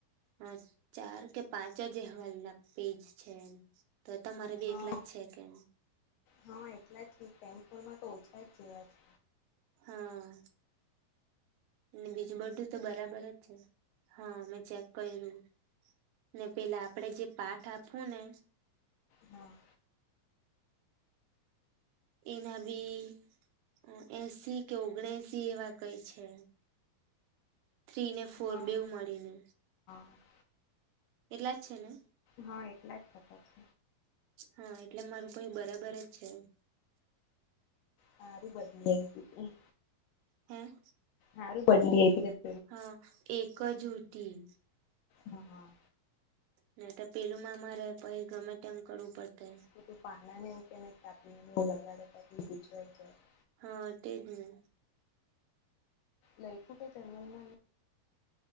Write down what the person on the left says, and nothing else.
હા
હા એટલા જ કે કેમપરમાં તો ઓછા જ જેવા છે.
હા.
હા.
<inaudible>
હા એટલા જ થતા તા
હારું બદલી એતી
હારું બદલી આઈ તી તે
હા હા.
<inaudible>
લઈખું કે જર્નલમાં? <unintelligible>